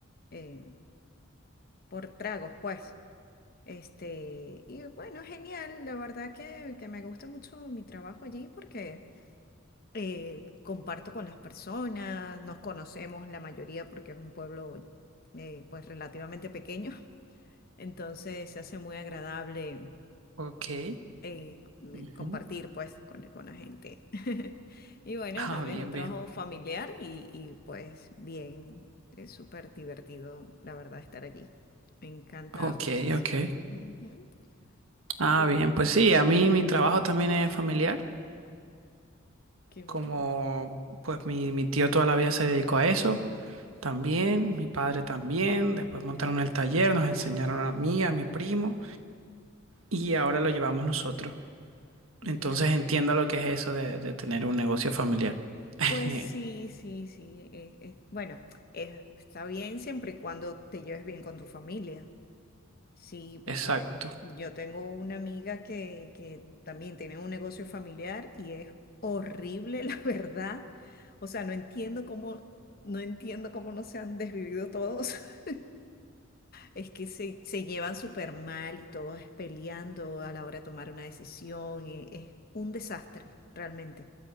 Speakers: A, on the left; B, on the right.
A: eh, por tragos, pues. Este, y bueno, genial, la verdad que, que me gusta mucho mi trabajo allí porque eh, comparto con las personas, nos conocemos la mayoría porque es un pueblo eh, pues relativamente pequeño. Entonces se hace muy agradable
B: Ok.
A: eh, eh,
B: ujú.
A: compartir pues con, con la gente. <laughs> Y bueno,
B: Ah,
A: también
B: bien,
A: es un trabajo
B: bien.
A: familiar y, y, pues bien, es súper divertido, la verdad, estar allí. Me encanta
B: Ok,
A: muchísimo.
B: ok.
A: Ujú.
B: Ah,
A: Pues
B: bien, pues sí, a mí mi trabajo también es familiar,
A: qué bueno.
B: como pues mi, mi tío toda la vida se dedicó a eso también, mi padre también, después montaron el taller, nos enseñaron a mí, a mi primo y ahora lo llevamos nosotros.
A: Bien,
B: Entonces entiendo
A: bien.
B: lo que es eso de, de tener un negocio familiar. <laughs>
A: Pues sí, sí, sí. eh, eh, bueno, es- está bien siempre y cuando te lleves bien con tu familia. Sí, porque
B: Exacto.
A: yo tengo una amiga que, que también tiene un negocio familiar y es horrible, <laughs> la verdad. O sea, no entiendo cómo, no entiendo cómo no se han desvivido todos. <laughs> Es que se, se llevan súper mal y todos peleando a la hora de tomar una decisión. y es un desastre, realmente.